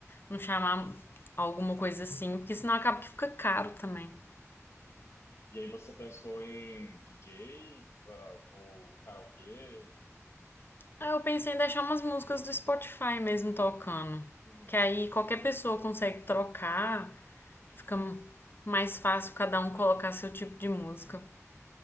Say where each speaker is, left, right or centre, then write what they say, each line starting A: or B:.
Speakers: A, on the left (about 45°); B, on the left (about 60°).
A: não chamar alguma coisa assim, porque senão acaba que fica caro também.
B: E aí você pensou em DJ, ah, ou karaokê?
A: Ah, Eu pensei em deixar umas músicas do Spotify mesmo tocando,
B: Uhum.
A: que aí qualquer pessoa consegue trocar, fica mais fácil cada um colocar seu tipo de música.